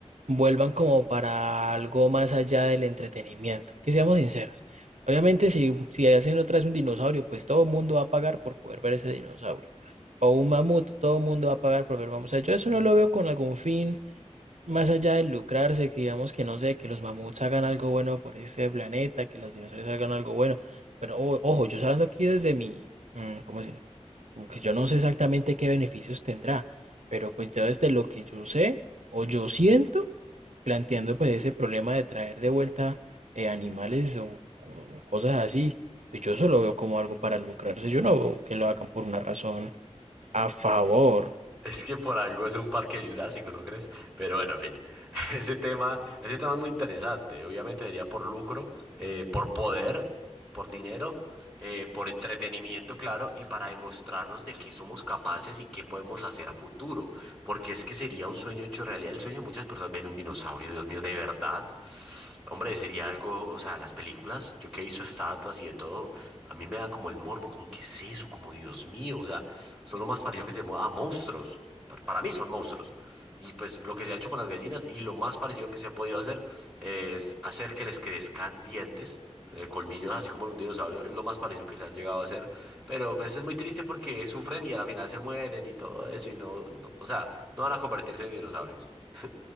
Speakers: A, on the right (about 80°); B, in the centre.
A: vuelvan como para algo más allá del entretenimiento. Que seamos sinceros. Obviamente, si, si hacen otra vez un dinosaurio, pues todo el mundo va a pagar por poder ver ese dinosaurio. O un mamut, todo el mundo va a pagar por ver mamut. O sea, yo eso no lo veo con algún fin más allá de lucrarse, que digamos que no sé, que los mamuts hagan algo bueno por este planeta, que los dinosaurios hagan algo bueno. Pero o- ojo, yo estoy hablando aquí desde mi, mm, ¿cómo decir? Como que yo no sé exactamente qué beneficios tendrá, pero pues yo desde lo que yo sé o yo siento, planteando pues ese problema de traer de vuelta eh, animales o, o cosas así, pues yo eso lo veo como algo para lucrarse, yo no veo que lo hagan por una razón a favor
B: Es que por algo es un parque jurásico, ¿no crees? Pero bueno, en fin, <laughs> ese tema, ese tema es muy interesante. Obviamente sería por lucro, eh, por poder, por dinero, eh, por entretenimiento, claro, y para demostrarnos de qué somos capaces y qué podemos hacer a futuro porque es que sería un sueño hecho realidad. El sueño de muchas personas, ver un dinosaurio, Dios mío, de verdad. Hombre, sería algo, o sea, las películas, yo que he visto estatuas y de todo, a mí me da como el morbo, como que es eso, como Dios mío, o sea, son lo más parecido que tenemos a monstruos. Pa- Para mí son monstruos. Y pues lo que se ha hecho con las gallinas y lo más parecido que se ha podido hacer es hacer que les crezcan dientes, eh, colmillos, así como los dinosaurios. Es lo más parecido que se ha llegado a hacer. Pero pues es muy triste porque sufren y al final se mueren y todo eso. Y no, no- o sea, no van a convertirse en dinosaurios. <laughs>